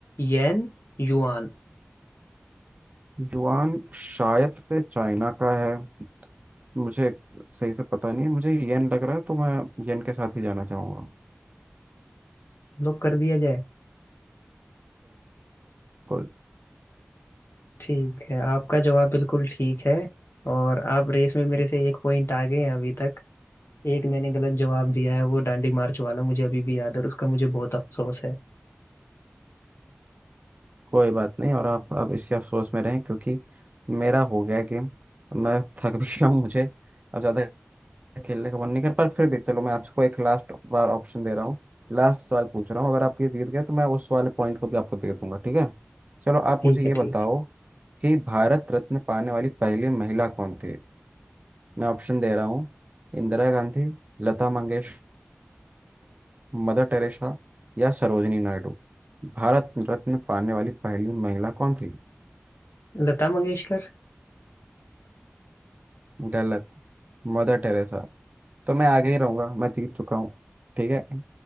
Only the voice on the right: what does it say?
युआन शायद से चाइना का है मुझे सही से पता नहीं है मुझे येन लग रहा है तो मैं येन के साथ ही जाना चाहूँगा
बिल्कुल
कोई बात नहीं और आप अब इसी अफसोस में रहें क्योंकि मेरा हो गया गेम मैं थक भी गया हूँ मुझे अब ज़्यादा खेलने का मन नहीं कर पर फिर भी चलो मैं आपको एक लास्ट बार ऑप्शन दे रहा हूँ लास्ट सवाल पूछ रहा हूँ अगर आप ये जीत गए तो मैं उस वाले पॉइंट को भी आपको दे दूंगा ठीक है चलो आप
मुझे
ये बताओ
कि भारत रत्न पाने वाली पहली महिला कौन थी मैं ऑप्शन दे रहा हूँ इंदिरा गांधी लता मंगेशकर मदर टेरेसा या सरोजिनी नायडू भारत रत्न पाने वाली पहली महिला कौन थी
गलत मदर टेरेसा तो मैं आगे ही रहूंगा मैं जीत चुका हूँ ठीक है